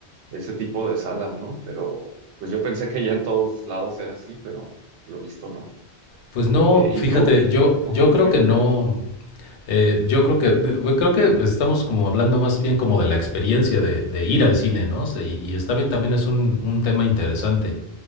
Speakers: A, on the right (about 80°); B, on the left (about 80°).
A: ese tipo de salas, ¿no? Pero pues yo pensé que ya en todos lados era así, pero lo visto no.
B: Pues no,
A: Eh, ¿y
B: fíjate,
A: tú?
B: yo,
A: Ajá,
B: yo creo
A: dime.
B: que no, eh, yo creo que, de- bueno, creo que estamos como hablando más bien como de la experiencia de, de ir al cine, ¿no? O sea, y, y está bien, también es un, un tema interesante.